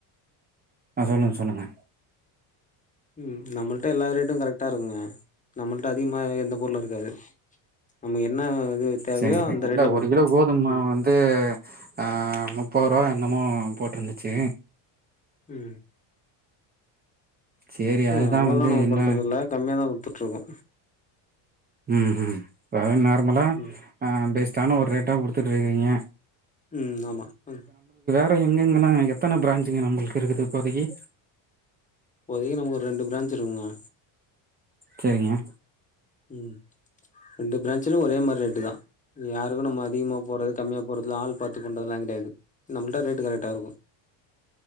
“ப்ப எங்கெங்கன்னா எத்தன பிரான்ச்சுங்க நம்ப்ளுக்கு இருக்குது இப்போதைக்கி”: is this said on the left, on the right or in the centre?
Right